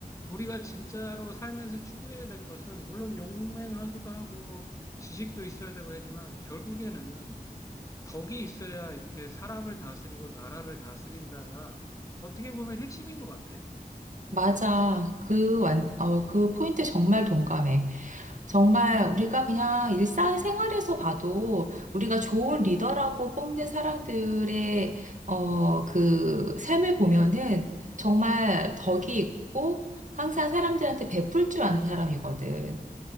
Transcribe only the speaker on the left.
우리가 진짜로 삶에서 추구해야 될 것은 물론 용맹하기도 하고 지식도 있어야 되고 하지만 결국에는 덕이 있어야 이렇게 사람을 다스리고 나라를 다스린다가 어떻게 보면 핵심인 것 같아.